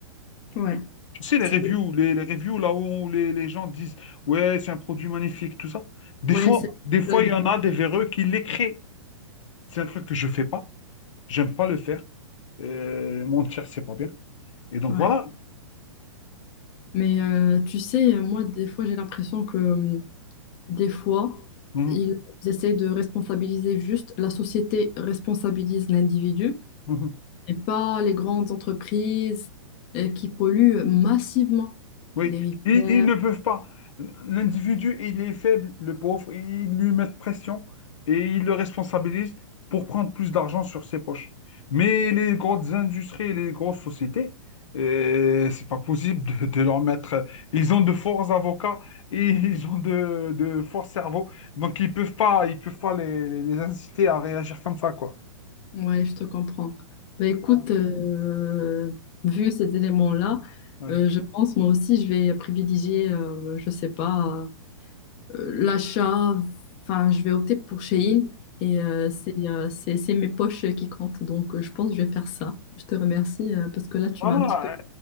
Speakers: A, on the left; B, on the left.
A: ouais,
B: Tu sais, les
A: c'est
B: reviews, les, les reviews là où les, les gens disent, ouais, c'est un produit magnifique, tout ça. Des
A: ouais,
B: fois,
A: c'est
B: des fois,
A: mon avis,
B: il y en a des véreux qui les créent. C'est un truc que je fais pas. J'aime pas le faire. Euh, mentir, c'est pas bien. Et donc
A: ouais.
B: voilà.
A: Mais euh, tu sais, moi, des fois, j'ai l'impression que, euh, des fois,
B: Mhm,
A: ils essaient de responsabiliser juste, la société responsabilise l'individu.
B: mhm.
A: et pas les grandes entreprises euh, qui polluent massivement
B: Oui,
A: les
B: ils,
A: rivières.
B: ils ne peuvent pas. L'individu, il est faible, le pauvre, ils lui mettent pression et ils le responsabilisent pour prendre plus d'argent sur ses poches. Mais les grosses industries et les grosses sociétés, euh, c'est pas possible de, de leur mettre. Ils ont de forts avocats et ils ont de, de forts cerveaux, donc ils peuvent pas, ils peuvent pas les, les inciter à réagir comme ça, quoi.
A: Ouais, je te comprends. Bah, écoute,
B: Ah.
A: euh, vu ces éléments-là,
B: Ouais.
A: euh, je pense moi aussi je vais privilégier, euh, je sais pas, euh, l'achat. Enfin, je vais opter pour Shein et euh, c'est euh, c'est c'est mes poches qui comptent. Donc, euh, je pense que je vais faire ça. Je te remercie euh, parce que là, tu
B: Voilà,
A: m'as un petit peu.